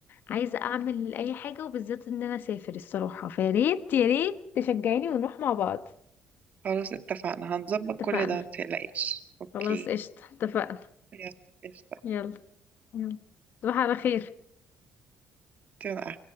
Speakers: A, on the left; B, on the right.
A: عايزة أعمل أي حاجة وبالذات إن أنا أسافر الصراحة فياريت ياريت تشجعيني ونروح مع بعض
B: خلاص اتفقنا هنظبط
A: اتفقنا
B: كل ده متقلقيش اوكي
A: خلاص قشطة اتفقنا
B: يلا قشطة.
A: يلا يلا تصبح على خير
B: يلا،